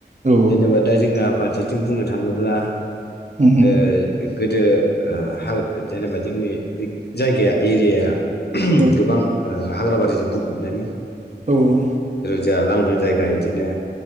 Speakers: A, on the right; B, on the left.
A: औ
B: जेनेबा दा जोंहा फारसेथिं बुंनो थाङोब्ला
A: औ
B: ओ गोदो ओ हा जेनेबा जोंनि जायगाया एरियाया
A: औ
B: गोबां ओ हाग्राबारिजों बुंफबनायमोन
A: औ औ
B: जाहा लांदां जायगा इदिनो